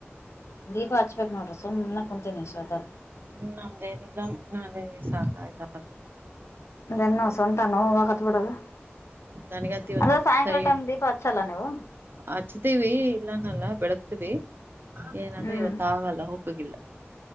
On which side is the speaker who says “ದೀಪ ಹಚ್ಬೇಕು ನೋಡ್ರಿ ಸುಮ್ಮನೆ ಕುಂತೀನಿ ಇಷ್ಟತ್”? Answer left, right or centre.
Left